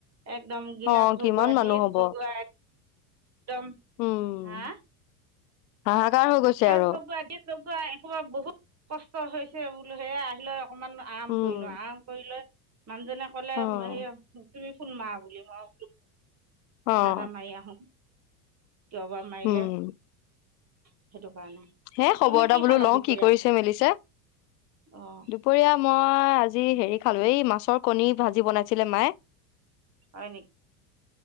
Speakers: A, on the right; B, on the left.
A: একদম গিলাচ
B: অ',
A: সজোৱা
B: কিমান মানুহ
A: ডিছ
B: হ'ব?
A: সজোৱা একদম
B: উম,
A: হা
B: হাহাকাৰ হৈ গৈছে
A: গেছ
B: আৰু
A: লগোৱা গেছ একোবাৰ বহুত কষ্ট হৈছে বোলো সেইয় আহিলে অকণমান আৰাম
B: উম,
A: কৰিলো আৰাম কৰি লৈ মানুহজনে ক'লে
B: অ',
A: হে তুমি ুোনমা বুলি ভও
B: অ',
A: পুনৰামাই আহ আহো যাবা মাৰিলে
B: উম,
A: সেইটো কাৰণে
B: হে খবৰ
A: তুমি
B: এটা
A: কি
B: বোলো
A: খালা
B: লওঁ
A: দুপৰীয়া
B: কি কৰিছে মেলিছে দুপৰীয়া
A: অঁ
B: মই আজি হেৰি খালো এই মাছৰ কণী ভাজি বনাইছিলে মায়ে
A: হয় নক